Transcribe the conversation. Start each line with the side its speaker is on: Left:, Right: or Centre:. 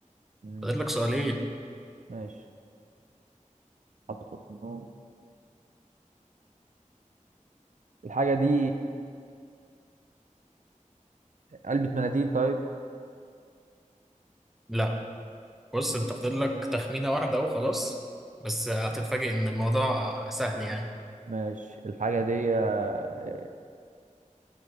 Right: مم.
Centre: فاضل لك سؤالين
Right: ماشي حط في أوضة النوم الحاجة دي علبة مناديل طيب
Centre: لا بص انت فاضل لك تخمينة واحدة اهو خلاص بس هتتفاجئ ان الموضوع سهل يعني
Right: ماشي الحاجة دي آه،